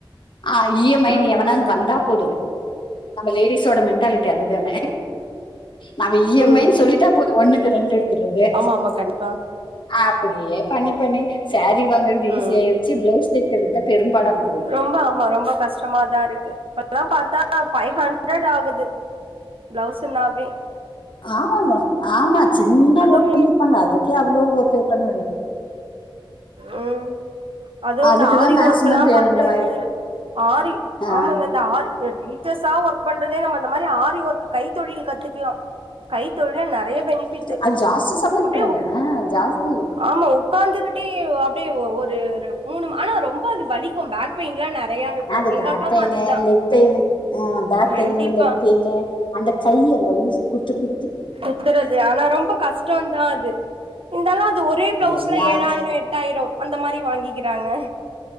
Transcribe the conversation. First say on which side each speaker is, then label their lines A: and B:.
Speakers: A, on the left (about 60°); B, on the right (about 80°).
A: ஆ இயமைனு
B: ம்
A: எவனாது
B: ம்
A: வந்தா போது நம்ம லேடிஸோட மெண்டாலிட்டி அதுதான நம்ம இ யம்
B: ம்
A: ஐ னு சொல்லிட்டா
B: ம்
A: போது ஒண்ணுக்கு ரெண்டு எடுத்துரது
B: ஆமா ஆமா கண்டிப்பா
A: அப்படியே பண்ணி பண்ணி சரீ வாங்கறது ஈஸியா
B: ம்
A: ஆயிரு ச ப்ளௌஸ் தைக்கிறதா பெரும்படாம்
B: ரொம்ப ஆமா ரொம்ப கஷ்டமாதாருக் கு பல்லா பாத்தா ஃபை ஹண்ட்ரட் ஆகுது ப்ளவுஸுன்னாவே
A: ஆமாமா ஆமா சின்ன
B: அதுவு
A: வக் பண்ணிர்ப்பாங்க அதுக்கே அவ்ளோ ஒ பே பண்ணுறு
B: உம் அதுவு
A: அதுக்குதான்
B: இந்த ஆரி
A: மேக்சிமம்
B: ஒர்க்கல்லாம்
A: பேமெண்ட்
B: பார் தெ
A: மாதிரி
B: ஆரி
A: ஆ,
B: ஆமாங்க இந்த ஆரி எடி தெ ஸா ஒர்க் பண்றதே நம்ம அந்த மாரி ஆரி ஒர்க்கு கை தொழில் கத்துக்கலா கைத்தொழில் நிறையா பெனிஃபிட்டு்
A: அது ஜாஸ்தி சம்பாதிக்கிறாங்க
B: அப்டேஉவ்
A: ஆ, ஜாஸ்தி
B: ஆமா உக்காந்துகிட்டே யுவ் அப்டேஊ ஒருரு மூணும் ஆனா ரொம்ப அது வலிக்கும் பேக் பெயின்லா நெறையா இருக்கு
A: ஆனா அது
B: எங்க
A: பேக்
B: அக்காவு
A: பெய்ன்னு
B: அதுதா
A: லெக்பெய்ன்னு ஆ பேக்
B: கண்டிப்பா
A: பெய்ன்னு லெக் பெயன்னே அந்த கைய அந்த ஊசி குத்து கு
B: குத்துறது ஆனா ரொம்ப கஷ்டோன்தா அது இந்தாலு அது ஒரே ப்ளவுஸ்ல
A: எல்லா
B: ஏழாயிர
A: இது
B: எட்டாய்ரோ அந்த மாரி வாங்கிக்கிறாங்க